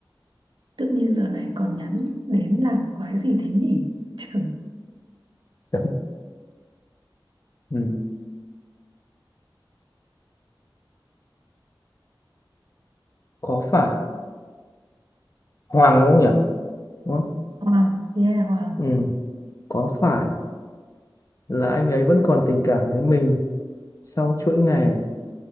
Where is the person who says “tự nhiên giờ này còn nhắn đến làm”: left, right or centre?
Right